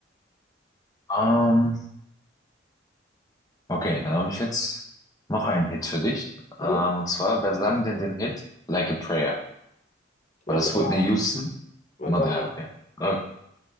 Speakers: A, on the left; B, on the left.
A: Ähm, okay, dann habe ich jetzt noch einen Hit für dich.
B: Mhm.
A: Ähm, und zwar, wer sang denn den Hit Like a Prayer?
B: Madonna,
A: War das Whitney Houston?
B: Madonna.
A: Mann, ah, okay. Okay.